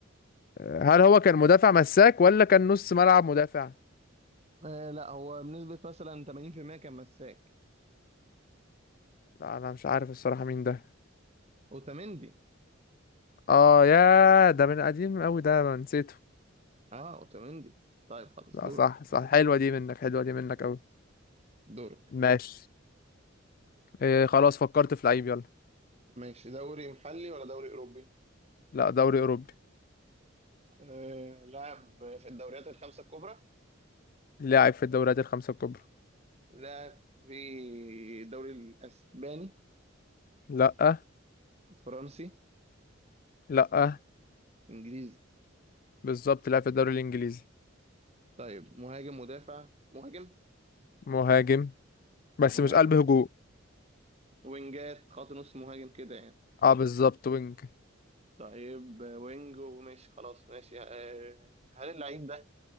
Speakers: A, on the left; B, on the right.
A: آه، هل هو كان مدافع مساك ولا كان نص ملعب مدافع
B: آه لا هو بنسبه مثلا 80% كان مساك
A: لا انا مش عارف الصراحة مين ده
B: اوتاميندي
A: اه يا ده من قديم قوي ده انا نسيته
B: اه اوتاميندي طيب خلاص
A: لا
B: دورك
A: صح صح حلوة دي منك حلوة دي منك قوي
B: دورك
A: ماشي آه، خلاص فكرت في لعيب يلا
B: ماشي دوري محلي ولا دوري اوروبي
A: لا دوري أوروبي
B: آه لعب في الدوريات الخمسه الكبرى
A: لاعب في الدوريات الخمسة الكبرى
B: لعب في الدوري الاسباني
A: لا
B: الفرنسي
A: لا
B: انجليزي
A: بالظبط لاعب في الدوري الإنجليزي
B: طيب مهاجم مدافع مهاجم
A: مهاجم بس
B: مهاجم
A: مش قلب هجوم
B: وينجات خط نص مهاجم كده يعني
A: اه بالظبط وينج
B: طيب آه، وينج وماشي خلاص ماشي آه، هل اللعيب ده